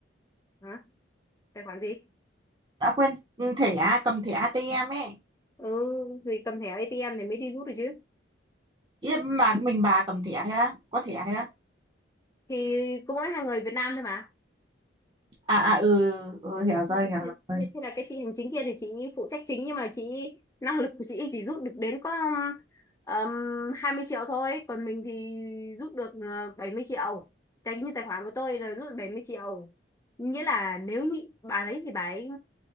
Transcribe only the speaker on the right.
đã quên ừ, thẻ à, cầm thẻ ATM ấy
ý là mà mình bà cầm thẻ thế á có thẻ thế á
à à ừ, ừ
hiểu rồi
hiểu
rồi